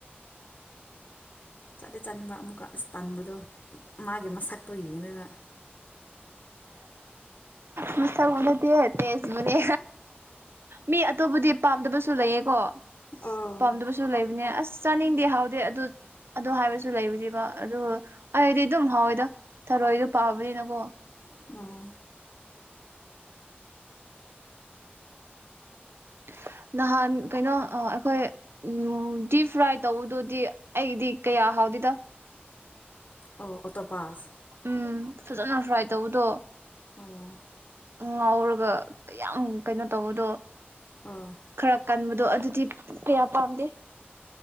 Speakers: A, on the left; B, on the right.
A: ꯆꯥꯗꯦ ꯆꯥꯅꯤꯡꯕ ꯑꯃꯨꯛꯀ ꯑꯁ ꯇꯥꯅꯤꯡꯥꯟꯕꯗꯣ ꯃꯥꯒꯤ ꯃꯁꯛꯇꯣ ꯌꯦꯡꯉꯒ
B: ꯃꯁ ꯃꯅꯗꯤ ꯇꯦꯖ ꯃꯅꯤ ꯃꯤ ꯑꯇꯣꯞꯄꯗꯤ ꯄꯥꯝꯗꯕꯁꯨ ꯂꯩꯌꯦꯀꯣ
A: ꯑꯣ
B: ꯄꯥꯝꯗꯕꯁꯨ ꯂꯩꯕꯅꯦ ꯑꯁ ꯆꯥꯅꯤꯡꯗꯦ ꯍꯥꯎꯗꯦ ꯑꯗꯨ ꯑꯗꯨ ꯍꯥꯏꯕꯁꯨ ꯂꯩꯕꯔꯤꯕ ꯑꯗꯨ ꯑꯩꯗꯤ ꯑꯗꯨꯝ ꯍꯥꯎꯋꯦꯗꯣ ꯔꯣꯍꯤꯒ ꯄꯥꯕꯗꯤꯅꯀꯣ
A: ꯑꯣ
B: <unintelligible> ꯅꯍꯥꯟ ꯀꯩꯅꯣ ꯑꯩꯈꯣꯏ ꯎ ꯗꯤꯞ ꯐ꯭ꯔꯥꯏ ꯇꯧꯕꯗꯨꯗꯤ ꯑꯩꯗꯤ ꯀꯌꯥ ꯍꯧ ꯀꯥꯎꯗꯗ
A: ꯑꯣ ꯑꯣꯇꯣ ꯄꯥꯁ
B: ꯎꯝ ꯐꯖꯅ ꯐ꯭ꯔꯥꯏ ꯇꯧꯕꯗꯣ
A: ꯑꯣ
B: ꯉꯥꯎꯔꯒ ꯌꯥꯝ ꯀꯩꯅꯣ ꯇꯧꯕꯗꯣ
A: ꯑꯣ
B: ꯈꯔ ꯀꯟꯕ ꯑꯗꯣ ꯑꯗꯨꯗꯤ ꯀꯌꯥ ꯄꯥꯝꯗꯦ